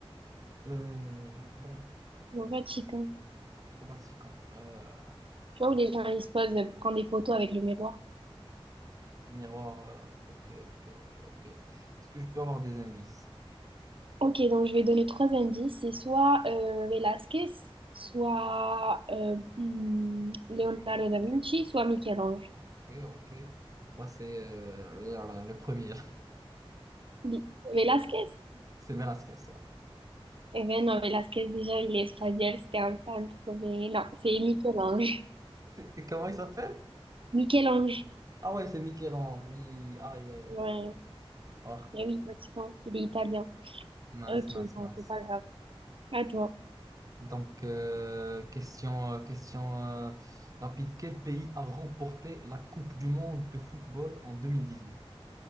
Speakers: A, on the right; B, on the right.
A: euh, bon,
B: Au Vatican.
A: au Vatican. Euh,
B: Tu vois où les gens ils se posent pour prendre des photos avec le miroir?
A: miroir, euh, ok, ok, ok, ok. Est-ce que je peux avoir des indices?
B: Ok, donc je vais donner trois indices. C'est soit euh, Velázquez, soit euh, hmm, Leonardo
A: Oui, oui,
B: da Vinci, soit Michel-Ange.
A: ok, ok. Bah, c'est euh, le le premier,
B: Li- Velázquez?
A: <laughs> c'est Velasquez, ouais.
B: Eh ben non, Velázquez, déjà, il est espagnol, c'était un peintre, mais non, c'est Michel-Ange.
A: C'est- Comment il s'appelle?
B: Michel-Ange,
A: Ah ouais, c'est Michel-Ange, oui. Aïe, aïe.
B: ouais.
A: Oh,
B: Eh oui, Vatican, il est italien.
A: mince,
B: Ok,
A: mince,
B: bon,
A: mince.
B: c'est pas grave. À toi.
A: Donc, euh, question, euh, question euh, rapide. Quel pays a remporté la Coupe du monde de football en 2018?